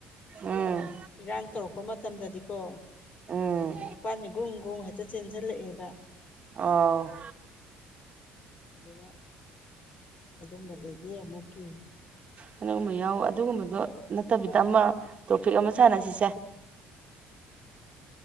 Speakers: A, on the right; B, on the left.
A: ꯎꯝ
B: ꯏꯔꯥꯡ ꯇꯧꯔ ꯄ ꯃꯇꯝꯗꯗꯤꯀꯣ
A: ꯎꯝ
B: ꯁꯣꯔꯣꯛꯄꯥꯟꯁꯦ ꯒ꯭ꯔꯨꯝ ꯒ꯭ꯔꯨꯝ ꯍꯦꯛꯇ ꯆꯦꯟꯁꯤꯜꯂꯛꯑꯦꯕ
A: ꯑꯣ
B: ꯑꯗꯨꯅ ꯑꯗꯨꯝꯕꯗꯗꯤ ꯑꯃꯨꯛ ꯀꯤ
A: ꯀꯩꯅꯒꯨꯝꯕ ꯌꯥꯎꯋꯤ ꯑꯗꯨꯒꯨꯝꯕꯗꯣ ꯅꯠꯇꯕꯤꯗ ꯑꯃ ꯇ꯭ꯔꯣꯄꯤꯛ ꯑꯃ ꯁꯥꯟꯅꯁꯤꯁꯦ